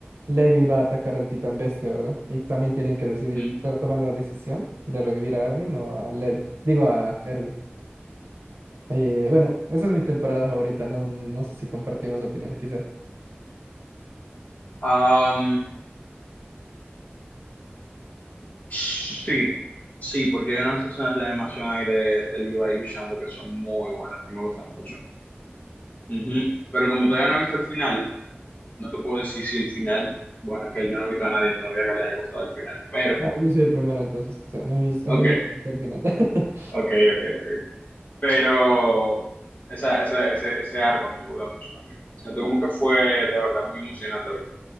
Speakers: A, on the right; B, on the left.
A: Levi va a atacar al Titán Bestia, ¿verdad? Y también tienen que decidir,
B: ujú.
A: to- tomar la decisión de revivir a Armin o a Levi, digo a Erwin. Oye, bueno, esa es mi temporada favorita, no, no sé si compartimos opinión, quizá.
B: Am, sí, sí, porque hay unas escenas de animación ahí de, de Levi luchando que son muy buenas, que me gustan mucho. Ujú. Pero como todavía no he visto el final, no te puedo decir si el final, bueno, que yo no he visto a nadie todavía que le haya gustado el final, pero,
A: Ah, yo soy el primero entonces, quizá. A mí, mis- a
B: ok,
A: mí me encanta el final. <laughs>
B: ok, ok, ok. Pero esa, ese, ese, ese arco me gusta mucho también. Siento como que fue de verdad muy emocionante,